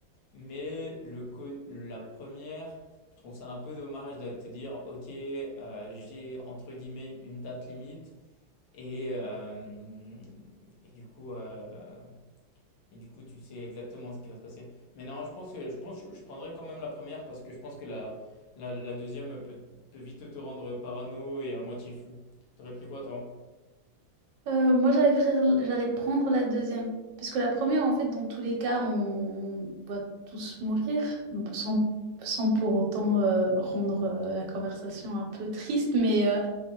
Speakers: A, on the left; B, on the right.
A: Mais le co- la première, je trouve ça un peu dommage de te dire, ok, euh, j'ai entre guillemets une date limite et, euh, et du coup, euh, et du coup, tu sais exactement ce qui va se passer. Mais non, je pense que je pense que je prendrais quand même la première parce que je pense que la, la, la deuxième peut, peut vite te rendre parano et à moitié fou. T'aurais pris quoi, toi?
B: Euh, moi, j'allais prendre, j'allais prendre la deuxième. Parce que la première, en fait, dans tous les cas, on, on va tous mourir, sans, sans pour autant euh, rendre euh, la conversation un peu triste. Mais euh,